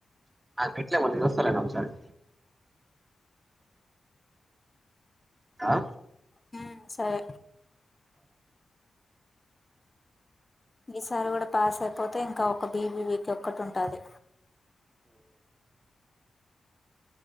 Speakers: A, on the right; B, on the left.
A: నాకు బెట్లే మళ్లీ చూస్తా నేను ఒక్కసారి. ఆ
B: హ్ సరే ఈసారి కూడా పాస్ అయిపోతే ఇంకా ఒక్క బీబీవీకి ఒక్కటి ఉంటాది.